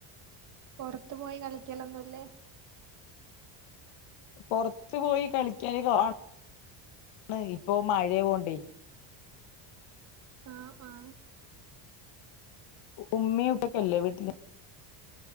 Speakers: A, on the right (about 40°); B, on the left (about 70°).
A: പൊറത്തു പോയി കളിക്കലൊന്നുംല്ലേ
B: പൊറത്ത് പോയി കളിക്കല് കാണ ഇപ്പൊ മഴ യായണ്ടേ
A: ആ ആ
B: ഉമ്മയുംഉപ്പയുംക്കെ ഇല്ലേ വീട്ടില്